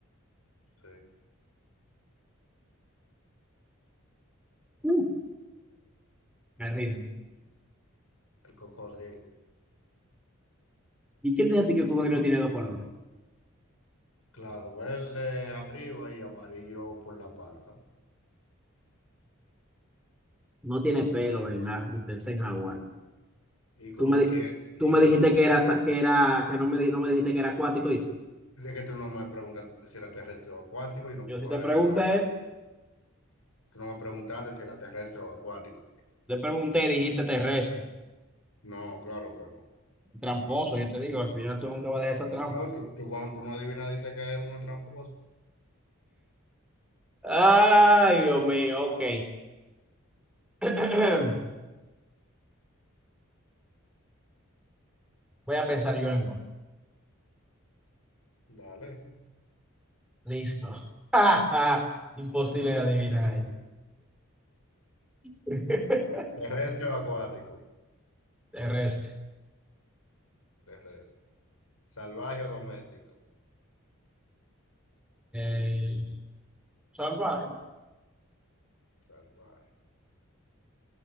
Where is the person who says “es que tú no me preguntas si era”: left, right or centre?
Left